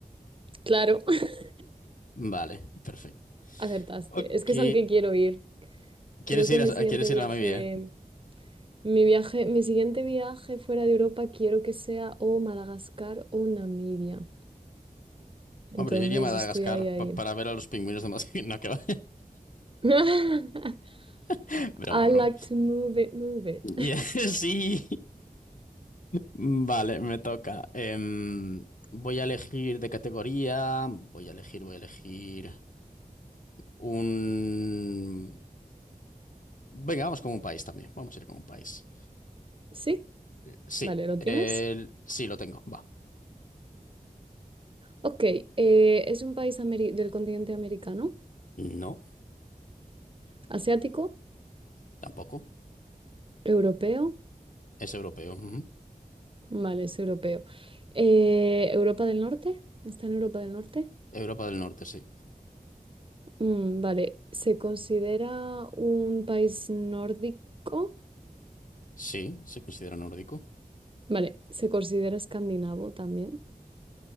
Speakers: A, on the right; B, on the left.
A: Claro, <laughs>
B: Vale, perfecto.
A: acertaste.
B: Ok.
A: Es que es al que quiero ir.
B: ¿Quieres
A: Creo que
B: ir
A: mi
B: a,
A: siguiente
B: quieres
A: viaje,
B: ir a Namibia?
A: mi viaje, mi siguiente viaje fuera de Europa quiero que sea o Madagascar o Namibia. Entonces
B: Hombre, yo iría a Madagascar
A: estoy ahí, ahí.
B: pa- para ver a los pingüinos de Madagascar. <laughs> No, que va.
A: <laughs>
B: <laughs> Broma,
A: I
B: broma.
A: like to move it, move it.
B: Y- <laughs> Sí. Vale, me toca. Em, voy a elegir de categoría. Voy a elegir, voy a elegir. Un... Venga, vamos con un país también. Vamos a ir con un país.
A: ¿Sí?
B: Sí,
A: Vale, ¿lo
B: el-
A: tienes?
B: sí, lo tengo. Va.
A: Ok, eh, es un país ameri- del continente americano,
B: No,
A: asiático,
B: tampoco.
A: europeo.
B: Es europeo. ujú.
A: Vale, es europeo. Eh, ¿Europa del Norte? ¿Está en Europa del Norte?
B: Europa del Norte, sí.
A: Mm, vale, ¿se considera un país nórdico?
B: Sí, se considera nórdico.
A: Vale, ¿se considera escandinavo también?